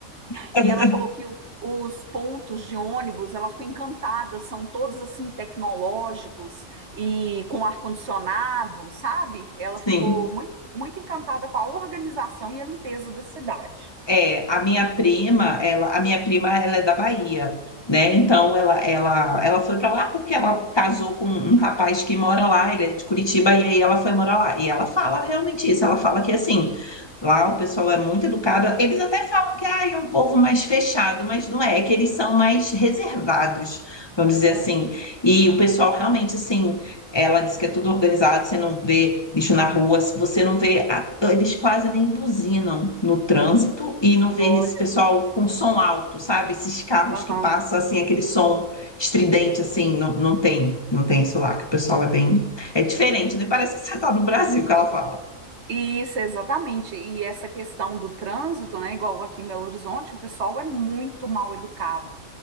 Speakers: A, on the left (about 20°); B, on the right (about 55°).
A: <laughs>
B: e ela falou que o- os pontos de ônibus, ela ficou encantada, são todos assim tecnológicos e com ar-condicionado, sabe? Ela
A: sim.
B: ficou muito, muito encantada com a organização e a limpeza da cidade.
A: É, a minha prima, ela, a minha prima, ela é da Bahia, né? Então ela, ela, ela foi para lá porque ela casou com um rapaz que mora lá, ele é de Curitiba e aí ela foi morar lá. E ela fala realmente isso, ela fala que assim, lá o pessoal é muito educado. Eles até falam que ah, é um povo mais fechado, mas não é, é que eles são mais reservados, vamos dizer
B: Aham.
A: assim. E o pessoal realmente assim, ela diz que é tudo organizado, você não vê lixo na rua, você não vê então, eles quase nem buzinam no trânsito e não vejo
B: Olha,
A: esse pessoal com som alto, sabe? Esses carros
B: aham.
A: que passam assim, aquele som estridente, assim, não, não tem, não tem isso lá, que o pessoal é bem. É diferente, né? Parece que você tá no Brasil que ela fala.
B: Isso, exatamente. E essa questão do trânsito, né? Igual aqui em Belo Horizonte, o pessoal é muito mal educado.